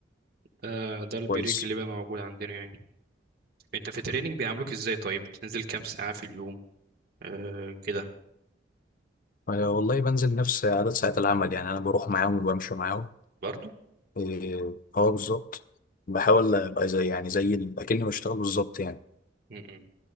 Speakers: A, on the right; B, on the left.
A: ده ده البريك
B: كويس
A: اللي بقى موجود عندنا يعني انت في التريننج بيعاملوك ازاي طيب بتنزل كام ساعة في اليوم آه كده
B: أنا والله بنزل نفس عدد ساعات العمل يعني أنا بروح معاهم وبمشي معاهم
A: برضو
B: إيه، أه بالظبط بحاول أبقى زي يعني زي ال- أكني بشتغل بالظبط يعني
A: م- م.